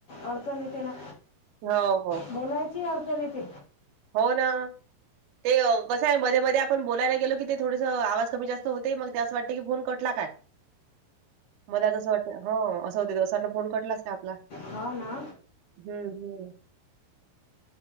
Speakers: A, on the left; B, on the right.
A: अडचण येते ना.
B: हो-हो.
A: बोलायचीही अडचण येते.
B: हो ना. ते कसं आहे, मध्ये-मध्ये आपण बोलायला गेलो की ते थोडसं आवाज कमी जास्त होते, मग ते असं वाटतें की फोन कटला काय. मला तसं वाटते, हो असं होते जसा वाटला फोन कटलाच का आपला.
A: हाव ना.
B: हम्म-हम्म